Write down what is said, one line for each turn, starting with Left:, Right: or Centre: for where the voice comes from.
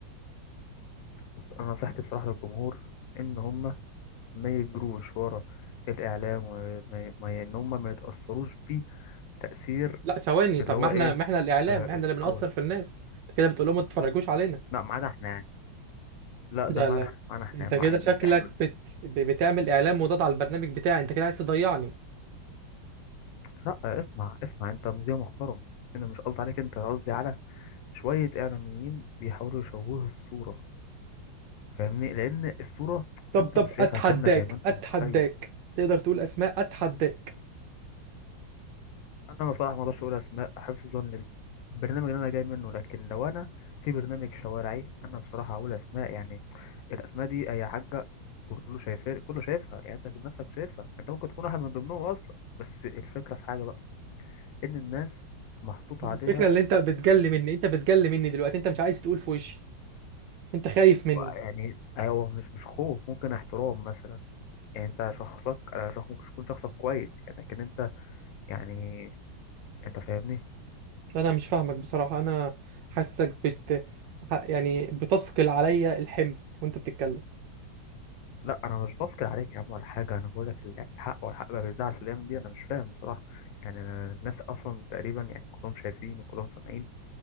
Left: بس انا نصيحتي بصراحة للجمهور ان هم ما يجروش ورا الاعلام وما ي- ما ي- ان هم ما يتأثروش بيه تأثير
Right: لا ثواني طب
Left: اللي هو
Right: ما احنا
Left: ايه
Right: ما احنا الإعلام
Left: آه
Right: احنا
Left: القوي
Right: اللي بنأثر في الناس أنت كده بتقول لهم ما تتفرجوش علينا
Left: لا ما عدا احنا يعني لا
Right: لا
Left: ده معانا
Right: لا
Left: إحنا- معانا احنا
Right: أنت
Left: مع
Right: كده
Left: يعني
Right: شكلك
Left: احنا
Right: بت... ب- بتعمل إعلام مضاد على البرنامج بتاعي أنت كده عايز تضيعني
Left: لا اسمع اسمع انت مذيع محترم انا مش قصدي عليك انت أنا قصدي على شوية اعلاميين بيحاولوا يشوهوا الصورة فاهمني لان الصورة
Right: طب
Left: انت
Right: طب
Left: مش شايفها
Right: أتحداك
Left: كاملة زي ما انت
Right: أتحداك
Left: متخيل
Right: تقدر تقول أسماء أتحداك
Left: انا بصراحة ما اقدرش اقول اسماء حفظا للبرنامج اللي انا جاي منه لكن لو انا في برنامج شوارعي انا بصراحة هقول اسماء يعني الاسماء دي اي حاجة كله شايفها كله شايفها يعني انت بنفسك شايفها انت ممكن تكون واحد من ضمنهم اصلا بس الفكرة في حاجة بقى ان الناس محطوط
Right: الفكره
Left: عليها
Right: اللي انت بتجلي مني انت بتجلي مني دلوقتي انت مش عايز تقول في وشي انت خايف مني
Left: يعني هو مش مش خوف ممكن احترام مثلا يعني انت شخصك انا شخص ممكن تكون شخصك كويس يعني لكن انت يعني انت فاهمني
Right: انا مش فاهمك بصراحه انا حاسك بت ح- يعني بتثقل عليا الحمل وانت بتتكلم
Left: لا انا مش بفكر عليك يا عم ولا حاجه انا بقول لك ال- يعني الحق والحق بقى بيزعل في الايام دي انا مش فاهم بصراحه يعني أنا الناس اصلا تقريبا يعني كلهم شايفين وكلهم سامعين